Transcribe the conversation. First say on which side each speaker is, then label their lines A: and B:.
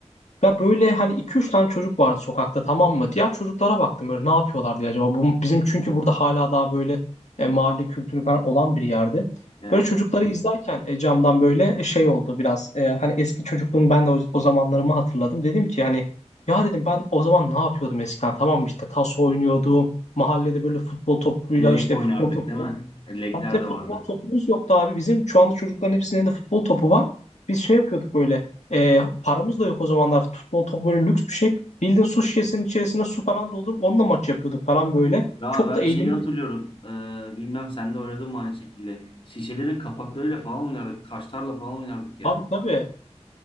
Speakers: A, on the left; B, on the left.
A: Ya böyle hani iki üç tane çocuk vardı sokakta tamam mı? Diğer çocuklara baktım böyle ne yapıyorlar diye acaba. Bu, bizim çünkü burada hala daha böyle e, mahalle kültürü falan olan bir yerde.
B: Evet.
A: Böyle çocukları izlerken e, camdan böyle e, şey oldu biraz. E, hani eski çocukluğum ben de o, o zamanlarımı hatırladım. Dedim ki hani ya dedim ben o zaman ne yapıyordum eskiden tamam mı? İşte taso oynuyordum. Mahallede böyle futbol topuyla
B: Lek
A: işte
B: oynardık
A: futbol topu
B: değil mi? Lekler
A: Abi bir de
B: de
A: futbol
B: vardı.
A: topumuz yoktu abi. Bizim şu anda çocukların hepsinin de futbol topu var. Biz şey yapıyorduk böyle. e, paramız da yok o zamanlar. Futbol topu böyle lüks bir şey. Bildiğin su şişesinin içerisine su falan doldurup onunla maç yapıyorduk falan böyle.
B: Ya
A: Çok
B: ben
A: da eğleniyorduk.
B: şeyi hatırlıyorum. Ee, bilmem sen de oynadın mı aynı şekilde. Şişelerin kapaklarıyla falan oynardık. Taşlarla falan oynardık ya.
A: Abi tabii.